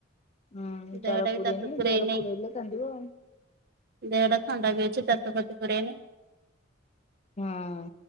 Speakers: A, on the left; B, on the right.
A: ହୁଁ
B: ଦେହଟା
A: ଜର ପୁରନି
B: ବି ତାତି ପୁରେଇ
A: ଜର
B: ନେଇ
A: ପୁରଲେ କାନ୍ଦିବ ଆ
B: ଦେହଟା ଥଣ୍ଡା ବି ଅଛି ତାତି ଫାତି ପୁରେଇନି।
A: ହଁ